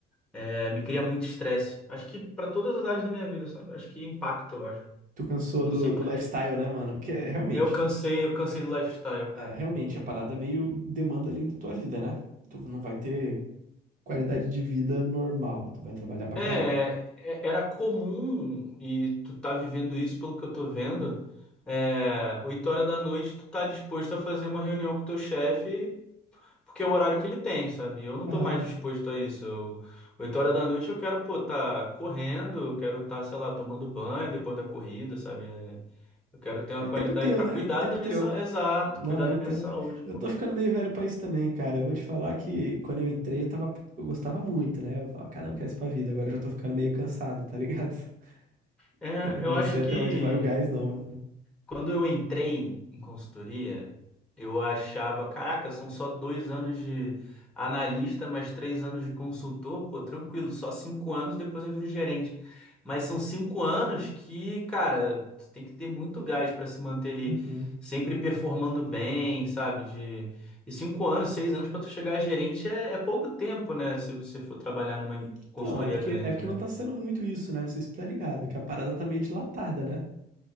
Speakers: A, in the centre; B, on the right (about 50°).
A: é, me cria muito estresse. Acho que para todas as áreas da minha vida, sabe? Acho que impacta, eu acho.
B: Tu cansou
A: Não
B: do,
A: sei pra
B: do
A: ti.
B: lifestyle, né, mano? Que é realmente.
A: Eu cansei, eu cansei do lifestyle, cara.
B: É, realmente, a parada é meio demanda ali da tua vida, né? Tu não vai ter qualidade de vida normal. Tu vai trabalhar pra
A: É,
B: caramba.
A: é- era comum, e tu tá vivendo isso pelo que eu tô vendo, é, 8 horas da noite tu tá disposto a fazer uma reunião com o teu chefe, porque é o horário que ele tem, sabe? Eu não
B: Aham.
A: tô mais disposto a isso. Eu, 8 horas da noite eu quero, pô, tá correndo, eu quero tá, sei lá, tomando banho depois da corrida, sabe? É, eu quero ter uma
B: É
A: qualidade
B: tempo teu,
A: pra
B: né?
A: cuidar
B: Tempo
A: da
B: teu.
A: minha saúde, exato,
B: Não,
A: cuidar
B: eu
A: da
B: entendo.
A: minha saúde, pô.
B: Eu tô ficando meio velho pra isso também, cara. Eu vou te falar que quando eu entrei, eu tava, eu gostava muito, né? Eu falava, caramba, eu quero isso pra vida. Agora eu já tô ficando meio cansado, tá ligado? <laughs>
A: É,
B: Eu não
A: eu acho
B: sei até
A: que.
B: onde vai o gás, não, mano.
A: Quando eu entrei em consultoria, eu achava, caraca, são só dois anos de analista, mais três anos de consultor, pô, tranquilo, só cinco anos, depois eu viro gerente. Mas são cinco anos que, cara, tu tem que ter muito gás para se manter ali,
B: Uhum.
A: sempre performando bem, sabe? De... E cinco anos, seis anos para tu chegar a gerente é, é pouco tempo, né? Se você for trabalhar numa
B: Então,
A: consultoria
B: é porque,
A: grande,
B: é porque
A: né?
B: não tá sendo muito isso, né? Não sei se tu tá ligado, que a parada tá meio dilatada, né?